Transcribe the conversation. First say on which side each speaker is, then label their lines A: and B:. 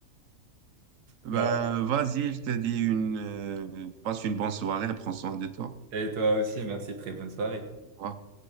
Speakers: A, on the right (about 60°); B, on the right (about 80°).
A: Ben,
B: Voilà.
A: vas-y, je te dis une, euh, passe une bonne soirée, prends soin de toi.
B: Et toi aussi, merci, très bonne soirée.
A: Au revoir.